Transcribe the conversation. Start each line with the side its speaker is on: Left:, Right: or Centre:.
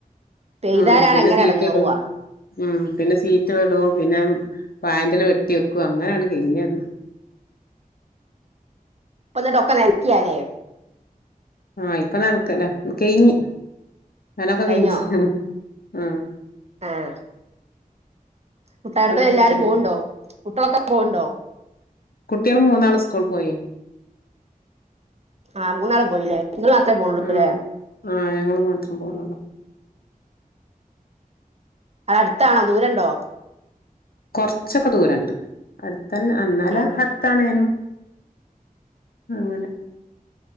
Right: പെയ്താലാണ്
Left: ഉം, പിന്നെ
Right: എങ്ങനെ
Left: സീറ്റ്ടും.
Right: എടങ്ങേറുവാ
Left: ഉം, പിന്നെ സീറ്റ്ടും പിന്നെ വായന്റെല വെട്ട്യക്കും അങ്ങനണ്ട് കെയ്ഞ്ഞ്ണ്.
Right: പ്പന്നട്ട് ഒക്കെ നെൽക്ക്യാലെ.
Left: ആഹ്, ഇപ്പൊ നൻക്കലാ കെയ്ഞ്ഞി. നനൊക്കെ
Right: കഴിഞ്ഞോ
Left: കെയ്ഞ്ഞ്ണ്. ആഹ്
Right: ആഹ്. മുട്ടായൊട്ക്കലെല്ലാരും
Left: ഇപ്പൊ നനക്കലില്ല
Right: പോവ്ണ്ടോ? കുട്ട്യളൊക്കെ പോവ്ണ്ടോ?
Left: കുട്ട്യള് മൂന്നാള് സ്കൂൾ പോയി.
Right: ആഹ്, മൂന്നാള് പോയീലെ. ഇങ്ങള് മാത്രേ പോവോള്ളൂലെ?
Left: ആഹ് ആഹ്, ഞങ്ങള് മാത്രം പോണൊള്ളൂ.
Right: അതട്ത്താണോ ദൂരണ്ടോ?
Left: കൊർച്ചൊക്കെ ദൂരണ്ട്, അട്ത്തെന്നെ ആഹ്, ന്നാല
Right: ആ
Left: അ താണേനും, അങ്ങനെ